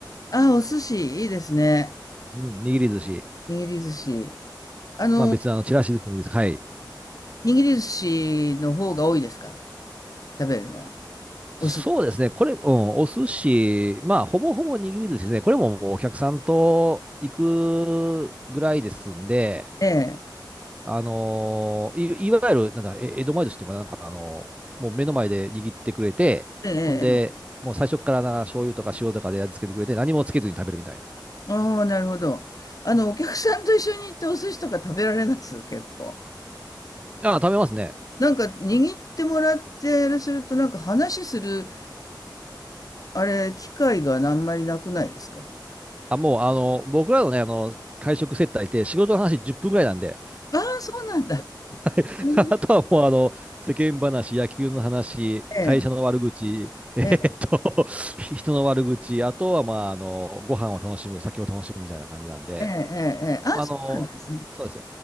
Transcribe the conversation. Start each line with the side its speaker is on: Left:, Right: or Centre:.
Left: ああ、お寿司、いいですね。
Right: うん、握り寿司。
Left: 握り寿司。あの、
Right: まあ別にあの、ちらし寿司でもいいです。はい。
Left: 握り寿司の方が多いですか食べるのは。
Right: そうですね。
Left: お寿司。
Right: これ、うん、お寿司、まあ、ほぼほぼ握り寿司ですね。これももうお客さんと行くぐらいですんで、
Left: ええ。
Right: あのーい、いわゆる、なんだ、え江戸前寿司っていうのかな、なんかあのーもう目の前で握ってくれて、
Left: ええ、
Right: ほんで、
Left: ええ。
Right: もう最初からな醤油とか塩とかで味付けてくれて、何もつけずに食べるみたいな。
Left: ああ、なるほど。あの、お客さんと一緒に行ってお寿司とか食べられます結構。
Right: あ、食べますね。
Left: なんか、握ってもらってすると、なんか話するあれ、機会があんまりなくないですか
Right: あ、もう、あの、僕らのね、あの、会食接待って仕事の話10分ぐらいなんで、
Left: ああ、そうなんだ。
Right: <laughs>
Left: あれ
Right: あとはもう、あの、世間話、野球の話、
Left: ええ、
Right: 会社の悪口、<laughs> えーっと、
Left: ええ、
Right: 人の悪口、あとは、まあ、あの、ご飯を楽しむ、酒を楽しむみたいな感じなんで、
Left: ええ、ええ、ああ、
Right: あの、
Left: そうなんですね。
Right: そうです。